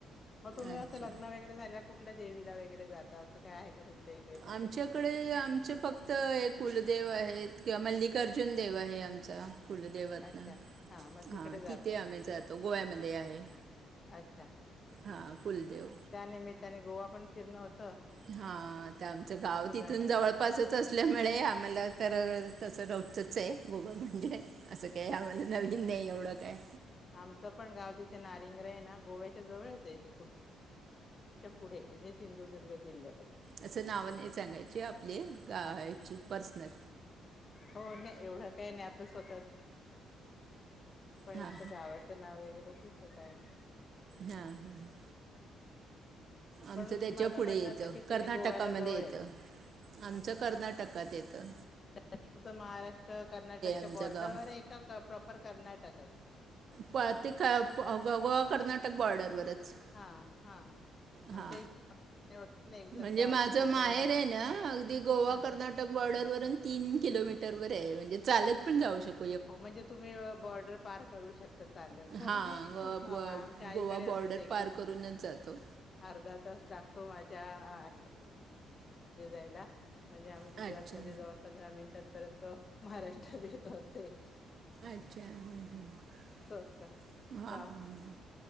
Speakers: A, on the left (about 40°); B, on the right (about 55°).
A: मग तुम्ही
B: अच्छा
A: अस लग्न वैगेरे झाल्यावर कुठल्या देवीला वैगेरे जाता अस काय आहे? का तुमच्या इकडे पद्धत
B: आमच्याकडे आमचे फ कुलदेव आहेत की मल्लिकार्जुन देव आहे आमचा. कुलदेवातनं
A: अच्छा.. हा मग तिकडे
B: हां
A: जात
B: तिथे
A: असते.
B: आम्ही जातो गोव्यामध्ये आहे
A: अच्छा..
B: हां कुलदेव
A: त्यानिमित्ताने गोवा पण फि फिरण होत.
B: हा.. आता आमचं गाव तिथून
A: जाणं
B: जवळपासच
A: होतं
B: असल्यामुळे आम्हाला तर तस रोजचच चे गोवा म्हणजे असं काय.. आम्हाला नवीन नाही एवढ? काय?
A: आमच पण गाव तिथे नारिंगर ना? गोव्याच्या जवळच आहे. पुढे सिंधुदुर्ग जिल्ह्यात
B: अस नाव नाही सांगायची. आपली गा.. याची पर्सनल.
A: हो.. नाही. एवढ काय नाही? आपल स्वतः पण एक
B: हां
A: गावाच नाव वगैरे ठीके चालेल.
B: हा.. ह्म्म. आमच
A: पण
B: त्याच्या
A: माझं
B: पुढे
A: म्हणणं
B: येत.
A: असं की तिथे
B: कर्नाटकामध्ये
A: गोव्याला जवळ
B: येत.
A: आहे
B: आमच कर्नाटकात येत. त
A: तुमच महाराष्ट्र कर्नाटकच्या
B: आमचं
A: बॉर्डरवरये
B: गाव
A: का? प्रॉपर कर्नाटकच.
B: प ते गोवा कर्नाटक बॉर्डरवरच.
A: हा हा
B: हा..
A: आमच्या इथे होत ना एक जण
B: म्हणजे
A: त्या
B: माझ
A: तिकडच्या
B: माहेरये
A: म्हणजे
B: ना अगदी गोवा
A: हा
B: कर्नाटक बॉर्डरवर तीन किलोमीटर वरये. म्हणजे चालत पण जाऊ शक
A: हो.. म्हणजे.. तुम्ही बॉर्डर पार करू शकता? चाल म..
B: हां गो गो-
A: आमच्या आईकडे
B: गोवा
A: असचये.
B: बॉर्डर
A: की
B: पार करूनच जातो
A: अर्धा तास लाग हो.. माझ्या... जायला. म्हणजे आम्ही गुजातमध्ये
B: अच्छा
A: जाऊन पंधरा मिनट त्यात परत महाराष्ट्रात येतो अस छः
B: अच्छा ह ह
A: असतं
B: हा
A: गाव
B: हा